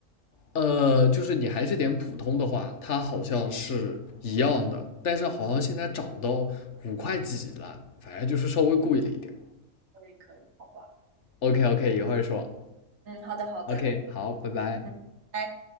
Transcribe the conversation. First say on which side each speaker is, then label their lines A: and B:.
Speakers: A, on the left; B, on the right.
A: 呃，就是你还是点普通的话，它好像是一样的，但是好像现在涨到五块几了，反正就是稍微贵了一点
B: 可以可以，好吧，
A: OK OK，一会儿说。
B: 嗯，好的好的，
A: OK，好，拜拜。
B: 嗯，拜。